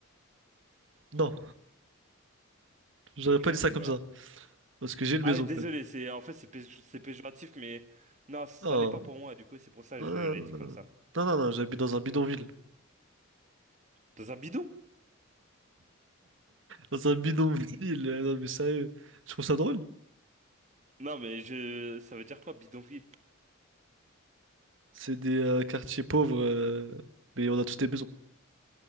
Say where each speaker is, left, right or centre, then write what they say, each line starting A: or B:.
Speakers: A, on the right (about 65°); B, on the right (about 35°).
A: Non, j'aurais
B: Ok,
A: pas dit ça comme
B: bah.
A: ça. Parce que j'ai une
B: Ah,
A: maison
B: désolé,
A: quand même.
B: c'est en fait, c'est pé- c'est péjoratif, mais non, ça
A: Non,
B: l'est pas pour moi. Du coup, c'est pour ça
A: non,
B: que je l'ai
A: non,
B: dit comme ça.
A: non, non, non, j'habite dans un bidonville.
B: Dans un bidon?
A: Dans un bidonville, euh, non mais sérieux. Je trouve ça drôle.
B: Non, mais je. Ça veut dire quoi, bidonville?
A: C'est des euh, quartiers pauvres, euh, mais on a tous des maisons.